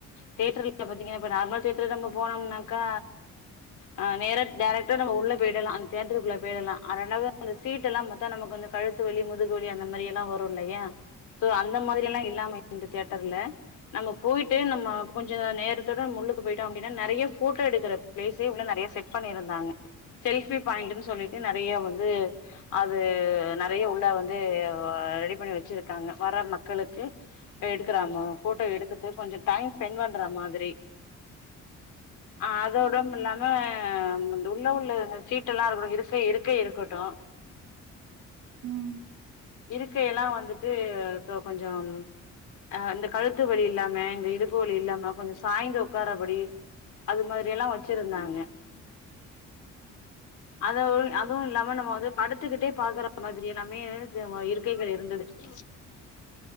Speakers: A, on the left; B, on the right.
A: தியேட்டர்ல பாத்தீங்கனா இப்ப நார்மல் தியேட்டர் நம்ப போனோம்னாக்கா ஆ நேரா டைரக்டா நம்ம உள்ள போயிடலா அந்த தியேட்டர்க்குள்ள போயிரலா ஆ ரெண்டாவது அந்த சீட்டெல்லா பாத்தா நமக்கு வந்து கழுத்து வலி முதுகு வலி அந்த மாரி எல்லா வரு இல்லையா சோ அந்த மாதிரி எல்லா இல்லாம இந்த தியேட்டர்ல நம்ம போயிட்டு நம்ம கொஞ்ச நேரத்தோட முன்னுக்கு போயிட்டோ அப்டின்னா நெறைய ஃபோட்டோ எடுக்கிற பிளேஸே உள்ள நெறைய செட் பண்ணியிருந்தாங்க செல்ஃபி பாய்ன்ட்டுனு சொல்லிட்டு நெறைய வந்து அது நெறைய உள்ள வந்து ரெடி பண்ணி வச்சிருக்காங்க வர மக்களுக்கு ஆ
B: ம் ம்
A: எடுக்கறாங்கோ
B: ம்
A: ஃபோட்டோ எடுத்துட்டு கொஞ்ச டைம் ஸ்பெண்ட் பண்ற மாதிரி ஆ அதோடமில்லாம வந்து உள்ள-உள்ள சீட்டெல்லா இருக்கு-இருக்கை-இருக்கட்டு <inaudible>
B: ம்
A: இருக்கையெல்லா வந்துட்டு இப்ப கொஞ்சோ ஆ இந்த கழுத்து வலி இல்லாம இந்த இடுப்பு வலி இல்லாம கொஞ்ச சாய்ந்து உட்காரபடி அது மாரி அது எல்லா வச்சிருந்தாங்க
B: ம்
A: <inaudible>
B: ம் ம்
A: அத அதும் இல் இல்லாம நம்ம வந்து படுத்துக்கிட்டே பாக்குற மாதிரி <unintelligible> <unintelligible> இருக்கைகள் இருந்தது ம்